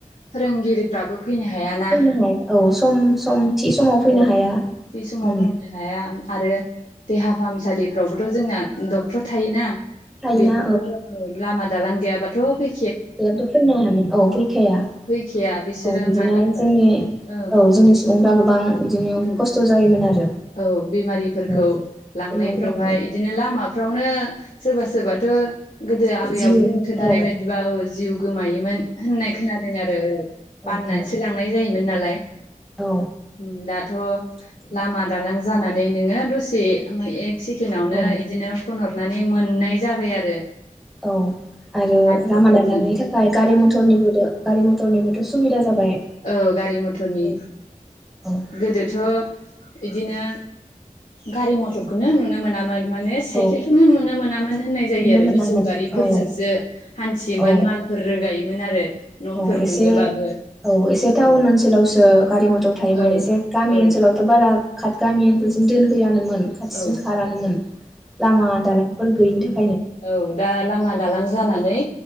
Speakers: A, on the left; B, in the centre.
A: फोरोंगिरिफ्राबो फैनो हायाना
B: फैनो हाया औ सम सम थि समाव फैनो
A: औ
B: हाया
A: थि समाव
B: उम
A: बुंनो हाया मा आरो देहा फाहामसालिफ्रावबोथ' जोंना डक्टर थायोना
B: थायोना
A: बेफोरबोथ' औ लामा दालां गैयाबाथ' फै
B: बेहायथ' फैनो हानो औ फैखाया औ
A: फैखाया बिसोरो
B: बिदिनो
A: मानो होनबा
B: जोंनि औ
A: ओं
B: जोंनि सुबुंफ्रा गोबां बिदिनो
A: उम
B: खस्थ' जायोमोन आरो।
A: औ बेमारिफोरखौ
B: औ
A: लांनायफोरावहाय
B: बेमारिफोरखौ
A: इदिनो लामा फ्रावनो सोरबा सोरबाथ' गोदो आबै
B: जिउ
A: आबौमोन खोनथानाय
B: औ
A: बायदिबा औ। जिउ गोमायोमोन होननाय खोनादों आरो औ
B: औ
A: बाननानैसो
B: औ
A: लांनाय जायोमोन नालाय। <unintelligible>
B: औ
A: ओम दाथ'
B: बिदिनो
A: लामा लां जानानै नोङो दसे मा एक एक सेकेणडआवनो
B: औ
A: इदिनो फन हर नानै मोननाय जाबाय आरो।
B: औ आरो
A: गारि
B: लामा
A: मथरजों
B: दालांनि थाखाय गारि मथरनिबो गारि मथरनिबोथ' सुबिदा जाबाय।
A: औ गारि मथरनि
B: औ औ
A: गोदोथ' इदिनो गारि मथरखौनो नुनो मोनामोन। माने साइकेलखौनो
B: औ
A: नुनो मोनामोन होननाय जायो
B: नुनो
A: आरो
B: मोनामोन
A: मोसौ गारिफोरजोंसो
B: औ
A: हान्थियोमोन
B: औ
A: मालफोर रोगायोमोन। मोन आरो। न'फोर
B: औ एसे
A: लुनोबाबो
B: औ एसे टाउन
A: औ
B: ओनसोलावसो गारि मथर थायोमोन
A: औ
B: एसे गामि
A: औ
B: ओनसोलावथ' बारा खाट गामि ओनजोलसिम दोनहैयानोमोन। खाथिसिम
A: औ
B: खारानोमोन लामा दालांफोर गैयिनि थाखाय।
A: औ दा लामा दालां जानानै